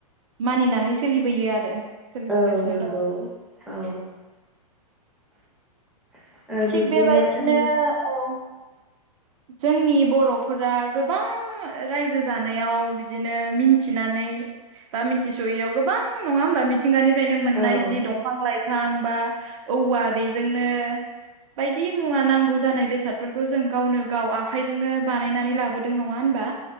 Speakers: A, on the right; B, in the centre.
A: मानिनानै सोलिबोयो आरो सोलिबोगासिनो
B: औ नंगौ
A: दं
B: औ ओ
A: थिग
B: बिब्दिनो
A: बेबायदिनो
B: जों
A: औ जोंनि बर'फोरा गोबां रायजो जानायाव बिदिनो मिन्थिनानै बा मिथिस'यैयाव गोबां नङा होमबा मिथिंगानिफ्रायनो मोननाय
B: औ
A: जि दंफां लाइ फां बा औवा बेजोंनो बायदि मुवा नांगौ जानाय बेसादफोरखौ जों गावनो गाव आखाइजोंनो बानायनानै लाबोदों नङा होनबा